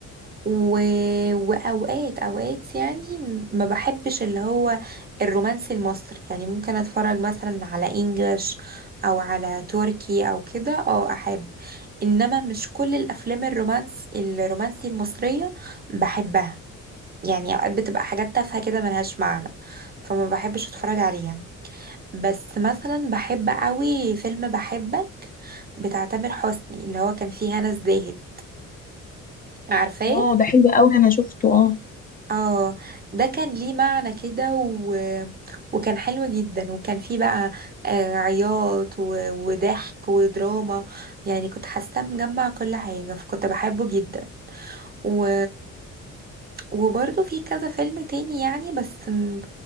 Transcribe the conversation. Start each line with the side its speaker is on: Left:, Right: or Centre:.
Right: و... واوقات اوقات يعني ما بحبش اللي هو الرومانسي المصري يعني ممكن اتفرج مثلا على انجلش او على تركي او كده اه احب انما مش كل الافلام الرومانس الرومانسي المصرية بحبها يعني اوقات بتبقى حاجات تافهة كده ملهاش معنى فما بحبش اتفرج عليها بس مثلا بحب قوي فيلم بحبك بتاع تامر حسني اللي هو كان فيه هنا الزاهد عارفاه
Left: اه ده حلو قوي انا شفته اه
Right: اه ده كان ليه معنى كده و... وكان حلو جدا وكان فيه بقى آه، عياط و... وضحك ودراما يعني كنت حاسة مجمع كل حاجة فكنت بحبه جدا و وبرضه في كذا فيلم تاني يعني بس م-